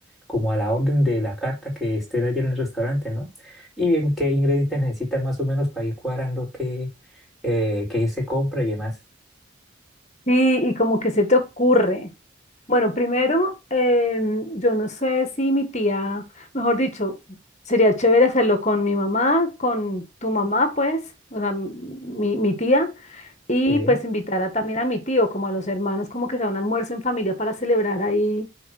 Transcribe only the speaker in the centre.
como a la orden de la carta que esté allá en el restaurante, ¿no? Y bien, qué ingredientes necesitan más o menos para ir cuadrando qué, eh, qué se compra y demás.
Sí.